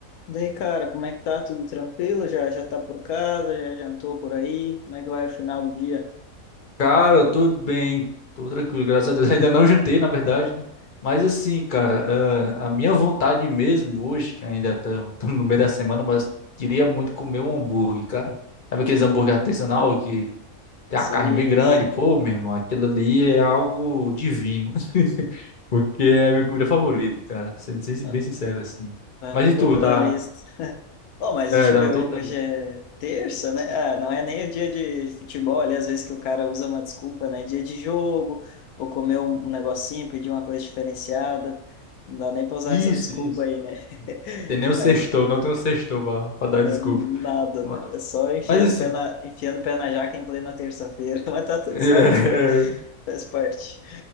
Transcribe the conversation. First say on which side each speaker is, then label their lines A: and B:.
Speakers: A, on the left (about 80°); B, on the left (about 45°).
A: Daí, cara, como é que tá? Tudo tranquilo? Já já tá por casa? Já jantou por aí? Como é que vai o final do dia?
B: Cara, tudo bem, tô tranquilo, graças a Deus. <laughs> Ainda não jantei, na verdade, né? Mas assim, cara, ah, a minha vontade mesmo hoje, que ainda estamos no meio da semana, mas queria muito comer um hambúrguer, cara. Sabe aqueles hambúrguer artesanal que tem
A: Sim,
B: a carne bem grande? Pô, meu irmão, aquilo ali é algo divino, <laughs> porque é a minha comida favorita, cara, sendo sin-
A: tá
B: bem sincero assim.
A: tá
B: Mas
A: no
B: e
A: topo
B: tu, tá?
A: da lista. Oh, mas
B: É,
A: deixa
B: tá
A: eu ver,
B: no topo da
A: hoje
B: lista.
A: é terça, né? Ah, não é nem o dia de futebol, ali às vezes que o cara usa uma desculpa, né? Dia de jogo, vou comer um um negocinho, pedir uma coisa diferenciada. Não dá nem pra usar
B: Isso,
A: essa desculpa
B: isso.
A: aí, né? <laughs>
B: Tem nem o
A: Mas
B: sextou, não tem o sextou pra, pra
A: né,
B: dar desculpa.
A: nada,
B: Ma-
A: né? É só enfiando
B: Mas assim.
A: o pé na, enfiando o pé na jaca em plena terça-feira. <laughs> Mas tá tudo
B: É,
A: certo, né?
B: <laughs>
A: Faz parte.